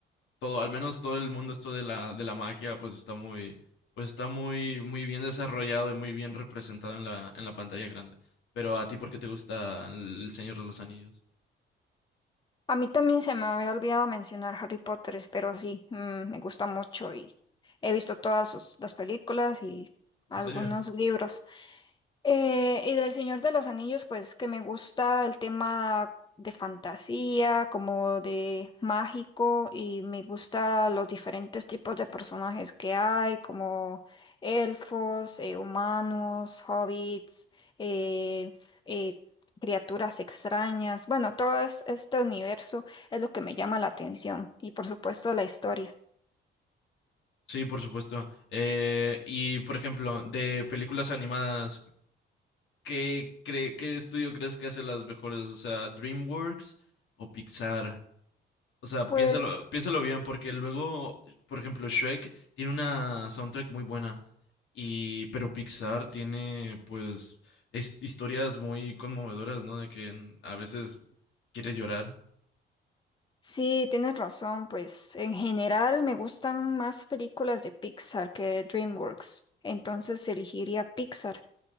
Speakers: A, on the left; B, on the left.
A: todo, al menos todo el mundo esto de la, de la magia, pues está muy, pues está muy, muy bien desarrollado y muy bien representado en la, en la pantalla grande. Pero a ti, ¿por qué te gusta El Señor de los Anillos?
B: A mí también se me había olvidado mencionar Harry Potter, pero sí, mm, me gusta mucho y he visto todas sus- las películas y algunos
A: ¿En serio?
B: libros. Eh, y del Señor de los Anillos, pues que me gusta el tema de fantasía, como de mágico, y me gusta los diferentes tipos de personajes que hay, como elfos, eh, humanos, hobbits, eh, eh, criaturas extrañas. Bueno, todo es- este universo es lo que me llama la atención, y por supuesto la historia.
A: Sí, por supuesto. Eh, y por ejemplo, de películas animadas, ¿qué, cre- qué estudio crees que hace las mejores? O sea, DreamWorks o Pixar. O sea,
B: Pues...
A: piénsalo, piénsalo bien, porque luego, por ejemplo, Shrek tiene una soundtrack muy buena, y, pero Pixar tiene, pues, his- historias muy conmovedoras, ¿no? De que en- a veces quiere llorar.
B: Sí, tienes razón, pues en general me gustan más películas de Pixar que DreamWorks, entonces elegiría Pixar.